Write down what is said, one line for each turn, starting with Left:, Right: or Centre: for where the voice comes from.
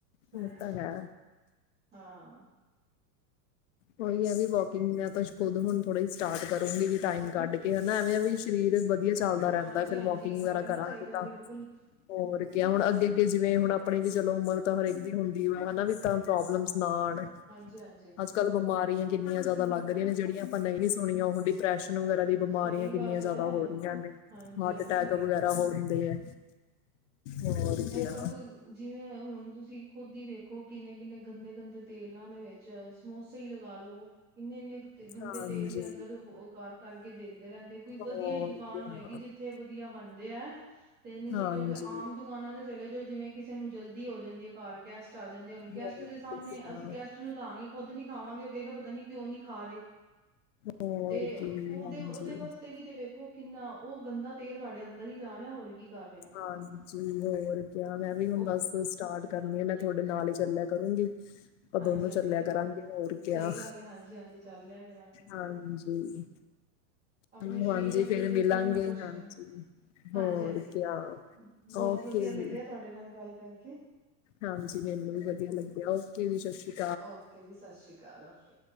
Right: ਹਾਂਜੀ,
Left: ਇਹ ਤਾਂ ਹੈ
Right: ਹਾਂ।
Left: ਉਹੀ ਹੈ ਵੀ ਵੋਕਿੰਗ, ਮੈਂ ਤਾਂ ਖੁਦ ਹੁਣ ਥੋੜਾ ਸਟਾਰਟ ਕਰੂੰਗੀ ਵੀ ਟਾਈਮ ਕੱਢ ਕੇ ਹਨਾ ਐਵੇਂ, ਐਂਵੇ ਵੀ ਸਰੀਰ ਵਧੀਆ ਚੱਲਦਾ ਰਹਿੰਦਾ
Right: ਹਾਂਜੀ
Left: ਫੇਰ
Right: ਹਾਂਜੀ
Left: ਵੋਕਿੰਗ ਵਗੈਰਾ
Right: ਕਰਨਾ
Left: ਕਰਾਂਗੇ
Right: ਚਾਹੀਦਾ
Left: ਤਾਂ,
Right: ਬਿਲਕੁਲ
Left: ਹੋਰ ਕਯਾ
Right: ਹਾਂਜੀ।
Left: ਹੁਣ ਅੱਗੇ ਜਿਵੇਂ ਹੁਣ ਆਪਣੀ ਵੀ ਚਲੋ ਉਮਰ ਤਾਂ ਹਰੇਕ ਦੀ ਹੁੰਦੀ ਹੋ ਹਨਾ ਵੀ ਤਾਂ ਪ੍ਰੋਬਲਮਸ ਨਾ ਆਣ।
Right: ਹਾਂਜੀ, ਹਾਂਜੀ
Left: ਕੱਲ ਬਿਮਾਰੀਆਂ ਕਿੰਨੀਆ ਜ਼ਿਆਦਾ ਲਗ ਰੀਆਂ ਨੇ ਜਿਹੜੀਆਂ ਆਪਾਂ ਨਹੀਂ ਸੁਣੀਆਂ ਉਹ ਵੀ ਡਿਪ੍ਰੈਸ਼ਨ ਵਗੈਰਾ ਦੀ ਬਿਮਾਰੀਆਂ
Right: ਸਹੀ
Left: ਕਿੰਨੀਆਂ
Right: ਗੱਲ
Left: ਜ਼ਿਆਦਾ
Right: ਹੈ
Left: ਹੋ ਰਹੀਆਂ ਨੇ,
Right: ਹਾਂਜੀ
Left: ਹਾਰਟ
Right: ਹਾਂਜੀ
Left: ਅਟੈਕ ਵਗੈਰਾ ਹੋ ਹੁੰਦੇ ਹੈ। ਹੋਰ ਕਿਆ
Right: ਇਹ ਸਬ ਜਿਵੇਂ ਹੁਣ ਤੁਸੀਂ ਖੁੱਦ ਈ ਵੇਖੋ ਕਿੰਨੇ- ਕਿੰਨੇ ਗੰਦੇ, ਗੰਦੇ ਤੇਲਾਂ ਦੇ ਵਿੱਚ ਸਮੋਸੇ ਈ ਲਗਾਲੋ ਇੰਨੇ-ਇੰਨੇ ਗੰਦੇ
Left: ਹਾਂਜੀ
Right: ਤੇਲ ਦੇ ਅੰਦਰ ਔ ਕਰ ਕਰਕੇ ਦਿੰਦੇ ਰਹਿੰਦੇ, ਕੋਈ ਵਧੀਆ
Left: ਹੋਰ
Right: ਈ ਦੁਕਾਨ
Left: ਕਿਆ
Right: ਹੋਏਗੀ ਜਿਥ ਥੇ ਵਧੀਆ ਬਣਦੇ ਐ ਤੇ ਨਹੀਂ ਤੇ
Left: ਹਾਂਜੀ
Right: ਜੇ ੜੀ ਤੇ ਆਮ ਦੁਕਾਨ ਨਾ ਤੇ ਚਲੇ ਜਾ ਜਾਓ ਕਿਸੇ ਨੂੰ ਜਲਦੀ ਹੋ ਜਾਂਦੀ ਐ, ਘਰ ਗੈਸਟ ਆ ਜਾਂਦੇ ਹੂਣ ਗੈਸਟ
Left: ਹੋਰ
Right: ਦੇ ਸਾਹਮਣੇ
Left: ਕਿਆ
Right: ਅਸੀਂ ਗੈਸਟ ਟ ਨੂੰ ਦਾੰਗੇ ਖੁਦ ਨੀ ਖਾਵਾਂਗੇ ਔ ਕੇ ਗਾ ਪਤਾ ਨੀਉਂ ਨਹੀਂ ਖਾ ਰਹੇ।
Left: ਹੋਰ
Right: ਤੇ
Left: ਕੀ
Right: ਉਹਦੇ,
Left: ਹਾਂਜੀ
Right: ਉਹਦੇ ਵਾਸਤੇ ਵੀ ਤੇ ਵੇਖੋ <inaudible> ਕਿੰਨਾ ਔਹ ਗੰਦਾ ਤੇਲ ਸਾਡੇ ਅੰਦਰ ਈ ਜਾ ਰਿਹਾ ਹੋਰ ਕੀ ਕਰ ਰੇਆ।
Left: ਹਾਂਜੀ, ਹੋਰ ਕਿਆ ਮੈਂ ਵੀ ਹੁਣ
Right: ਉਹ
Left: ਬੱਸ, ਵਸ ਸਟਾਰਟ ਕਰਨੀ ਆ, ਮੈਂ ਥੋਡੇ ਨਾਲ ਹੀ ਚੱਲੈਯ ਕਰੂੰਗੀ। ਪਾਂ
Right: ਹਾਂਜੀ-ਹਾਂਜੀ
Left: ਦੋਨੋ ਚੱਲਿਆ ਕਰਾਂਗੇ ਹੋਰ ਕਯਾ,
Right: ਸਹੀ ਗੱਲ ਹੈ ਹਾਂਜੀ-ਹਾਂਜੀ ਚੱਲ ਲਿਆ ਕਰਾਂਗੇ
Left: ਹਾਂਜੀ।
Right: ਆਪਣੇ
Left: ਹਾਂਜੀ
Right: ਸਰੀਰ ਵਾਸਤੇ
Left: ਫੇਰ
Right: ਜੇ
Left: ਮਿਲਾਂਗੇ
Right: ਕੁਛ ਨਾ ਕੁਛ
Left: ਹਾਂਜੀ
Right: ਕਰਨ ਹਾਂਜੀ,
Left: ਹੋਰ
Right: ਹਾਂਜੀ
Left: ਕਿਆ
Right: ਬੋਹਤ
Left: ਓਕੇ
Right: ਵਧੀਆ ਲੱਗਿਆ
Left: ਜੀ
Right: ਤੁਹਾਡੇ ਨਾਲ ਗੱਲ ਕਰਕੇ।
Left: ਹਾਂਜੀ ਮੈਨੂੰ ਵੀ ਵਧੀਆ ਲੱਗਿਆ, ਓਕੇ ਵੀ ਸਸ਼ਿ ਸ਼ੀ
Right: ਔਕੇ ਜੀ ਸਸ਼ਿ ਰੀਕਾਲ ਔਕੇ।